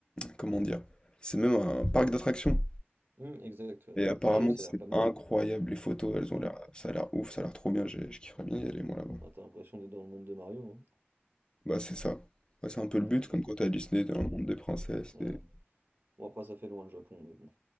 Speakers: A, on the left (about 20°); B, on the right (about 55°).
A: Comment dire? C'est même un parc d'attractions.
B: Hum, exact, ouais.
A: Et apparemment,
B: Non, j'ai vu, ça
A: c'est
B: a l'air pas mal.
A: incroyable. Les photos, elles
B: Hum.
A: ont l'air. Ça a l'air ouf, ça a l'air trop bien. j'ai- Je kifferais bien y aller, moi, là-bas.
B: Ah, t'as l'impression d'être dans le monde de Mario, hein.
A: Bah, c'est ça. Bah, c'est un peu le but,
B: Ah, merde.
A: comme quand t'es à Disney, t'es
B: Hum,
A: dans le monde des princesses.
B: ouais.
A: des-
B: Bon, après, ça fait loin le Japon, mais bon.